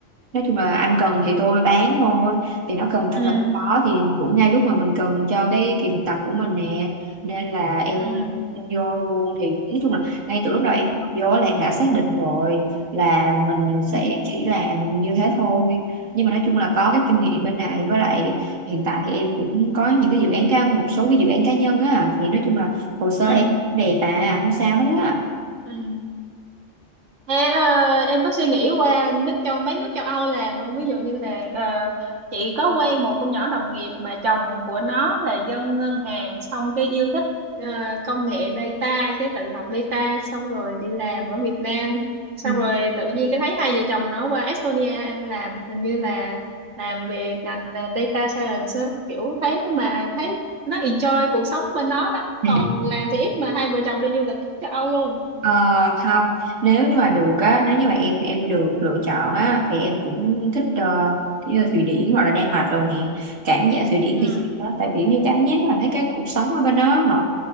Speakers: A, on the right; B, on the right.
A: nói chung là anh cần thì tôi bán thôi thì nó cần
B: Ừ.
A: trong phải có thì cũng ngay lúc mà mình cần cho cái kỳ thực tập của mình nè nên là em
B: Ừ.
A: em vô luôn thì nói chung là ngay từ lúc đầu
B: Ừ.
A: Vô là em đã xác định rồi là mình
B: Ừ.
A: sẽ
B: Ừ.
A: chỉ làm như thế thôi nhưng mà nói chung là có cái kinh nghiệm bên này với lại hiện tại thì em cũng có những cái dự án cá một số cái dự án cá nhân á thì nói chung là hồ sơ
B: Ừ.
A: em đẹp à không sao hết á
B: ừ. Thế, ờ, em có suy nghĩ qua nước châu mấy nước châu Âu làm không? Ví dụ như là ờ, chị có quen một con nhỏ đồng nghiệp mà chồng của nó là dân ngân hàng xong cái yêu thích ờ, công nghệ data cái tự học data xong rồi đi làm ở Việt Nam xong
A: Ừ.
B: rồi tự nhiên cái thấy hai vợ chồng nó qua Estonia làm hình như là làm về ngành ờ, data science á. kiểu thấy mà thấy nó enjoy cuộc sống bên đó lắm
A: <laughs>
B: còn làm thì ít mà hai vợ chồng đi du lịch khắp châu Âu luôn
A: Ờ, không nếu như mà được á nếu như mà em em được lựa chọn á thì em cũng thích ờ, như là Thụy Điển hoặc là Đan Mạch rồi nè cảm giác Thụy Điển
B: ừ
A: thì đó, tại kiểu như cảm giác là thấy cái cuộc sống ở bên đó họ